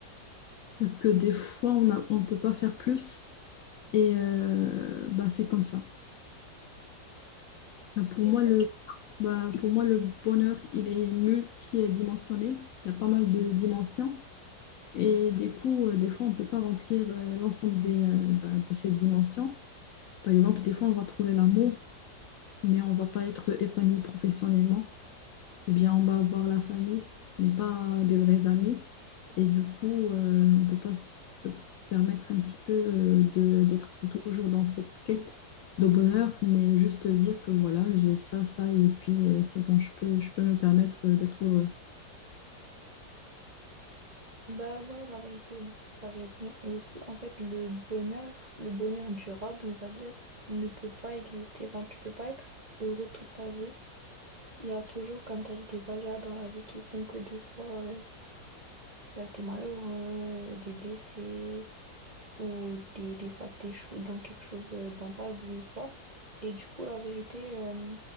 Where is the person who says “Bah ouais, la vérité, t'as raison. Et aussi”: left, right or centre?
Right